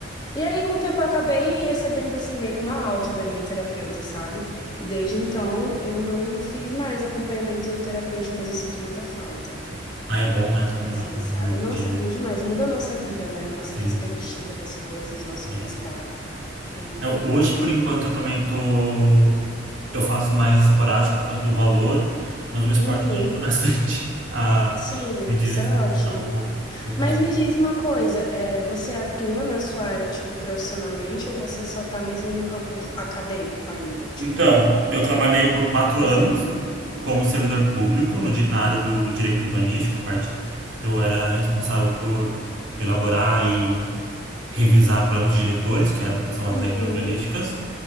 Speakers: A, on the left (about 25°); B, on the right (about 85°).
A: E aí, com o tempo, eu acabei recebendo, assim, meio que uma alta da minha terapeuta, sabe? E desde então, eu não fiz mais acompanhamento terapêutico, mas eu sinto muita falta.
B: Ah, é bom, né? Ter um,
A: Assim,
B: lugar- um
A: sabe?
B: momento
A: Nossa,
B: de
A: é bom demais. Muda a nossa vida, né? A nossa
B: sim.
A: perspectiva das coisas, nosso
B: é.
A: bem-estar. É incrível.
B: Eu- hoje, por enquanto, eu também tô eu faço mais esporádico por causa do valor, mas o esporte
A: Uhum.
B: me ajuda bastante <laughs> a
A: Sim,
B: me desestressar
A: isso é ótimo.
B: um pouco. Eu faço.
A: Mas me diz uma coisa, é, você atua na sua área, tipo, profissionalmente, ou você só tá mesmo no campo do- acadêmico ainda, tipo,
B: Então, eu trabalhei por quatro
A: especializando?
B: anos como servidor público no, di- na área do direito urbanístico. A parte eu era responsável por elaborar e revisar planos diretores, que é- são
A: Uhum,
B: as leis urbanísticas.